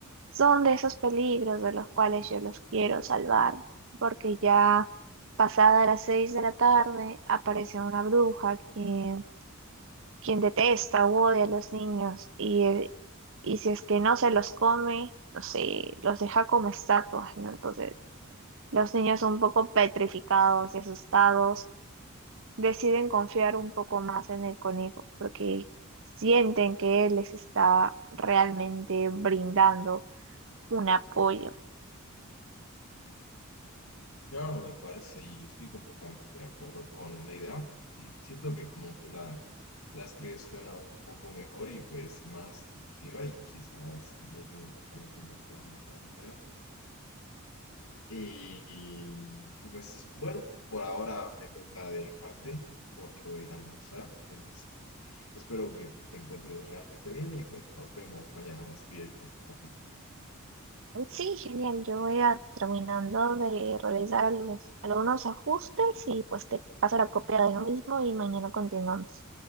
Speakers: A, on the right (about 65°); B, on the left (about 85°).
A: son de esos peligros de los cuales yo los quiero salvar, porque ya pasada las seis de la tarde aparece una bruja que quien detesta o odia a los niños y, eh, y si es que no se los come, no sé, los deja como estatuas, ¿no? Entonces, los niños un poco petrificados y asustados deciden confiar un poco más en el conejo porque sienten que él les está realmente brindando un apoyo.
B: Claro, me parece y estoy completamente de acuerdo con la idea. Mm, Siento que como tú la, la escribes suena un poco mejor y pues más intuitiva y quizás los niños lo pueden entender de una mejor manera. Y, y pues bueno, por ahora me toca dejarte porque voy a ir a almorzar. Es- espero que te encuentres realmente bien y pues nos vemos mañana va a escribir el cuarto capítulo.
A: Sí, genial. Yo voy a terminando de realizar algunos, algunos ajustes y pues te paso la copia de lo mismo y mañana continuamos.